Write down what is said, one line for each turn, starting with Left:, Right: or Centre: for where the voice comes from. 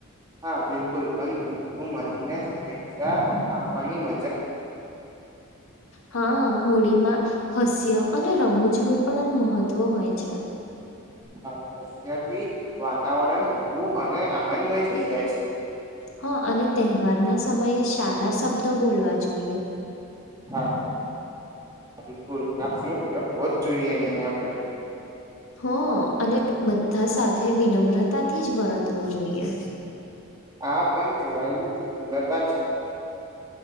Right: હા બિલકુલ બુ મળીને શુભેચ્છા આપવાની મ
Left: હા હોળીમાં હાસ્ય અને રમૂજનું પણ આમ મહત્વ હોય છે
Right: હા અત્યથી વાતાવરણ હળવું અને આનંદમય થઈ જાય છે
Left: હા અને તહેવારના સમયે સારા શબ્દો બોલવા જોઈએ
Right: હા બિલકુલ ઘાસ નો ઉપયોગ હોવો જ જોઈએ આપડે
Left: હા અને બધા સાથે વિનમ્ર વિનમ્રતા થી જ વર્તવું જોઈએ
Right: હા પણ કહેવાય બતા